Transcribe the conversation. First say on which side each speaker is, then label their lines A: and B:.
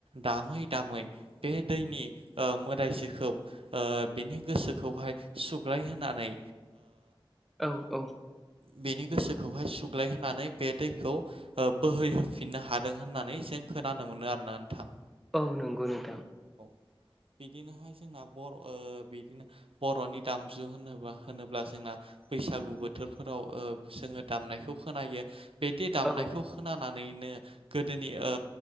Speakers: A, on the right (about 85°); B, in the centre.
A: दामै दामै बे दैनि मखौ बिनि गोसोखौहाय सुग्लाय होनानै
B: औ औ
A: बेनि गोसोखौहाय सुग्लाय होनानै बे दैखौ बोहैहोफिननो हादों होननानै जों खोनानो मोनो आरोना नोंथां
B: औ नंगौ नोंथां
A: <unintelligible> बिदिनोहाय जोंना बर' ओ बिदिनो बर'नि दामजु होनोबा होनोब्ला जोंना बैसागु बोथोरफोराव ओ जोङो दामनायखौ खोनायो बिदि दामनायखौ
B: औ
A: खोनानानैनो गोदोनि ओ